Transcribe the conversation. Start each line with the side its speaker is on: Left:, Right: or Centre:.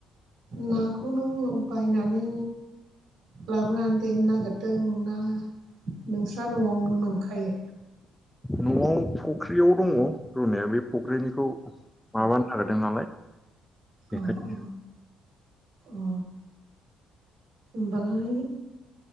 Right: नाखौ नों बायनानै लाबोनानै देनो नागिरदों ना नोंसोर ना न'आवनो मोनखायो
Centre: न'आव फुख्रियाव दङ रुनाया बे फुख्रिनिखौ माबानो नागिरदों नालाय बेखायनो
Right: अ अ अ ओम बालाय